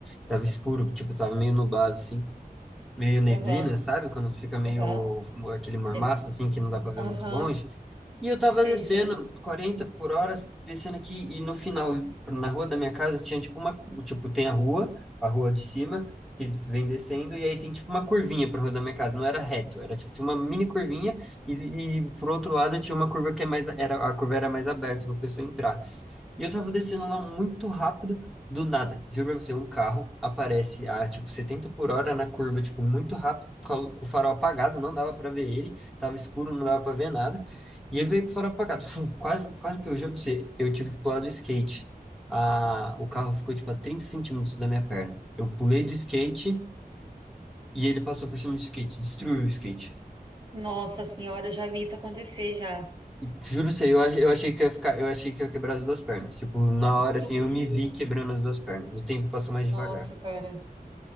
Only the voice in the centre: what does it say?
Tava escuro, tipo, tava meio nublado, assim, meio neblina,
sabe? Quando fica meio
aquele mormaço,
assim, que não dá para ver
muito longe. E eu tava
descendo
40 por hora, descendo aqui, e no final, na rua da minha casa, tinha tipo uma, tipo, tem a rua, a rua de cima, que vem descendo, e aí tem tipo uma curvinha pra rua da minha casa, não era reto, era tipo, tinha uma mini curvinha, e, e por outro lado tinha uma curva que é mais, era, a curva era mais aberta pra pessoa entrar. E eu tava descendo lá muito rápido, do nada, juro pra você, um carro aparece a tipo 70 por hora na curva, tipo, muito rápido, com a- lu- com o farol apagado, não dava pra ver ele, tava escuro, não dava pra ver nada. E ele veio que foram apagados. Fum, quase, quase, eu juro pra você, eu tive que pular do skate. Ah, o carro ficou, tipo, a 30 centímetros da minha perna. Eu pulei do skate e ele passou por cima do skate, destruiu o skate.
E, juro pra você, eu, ach- eu achei que ia ficar, eu achei que ia quebrar as duas pernas. Tipo, na
hora, assim, eu me vi quebrando as duas pernas. O tempo passou mais devagar.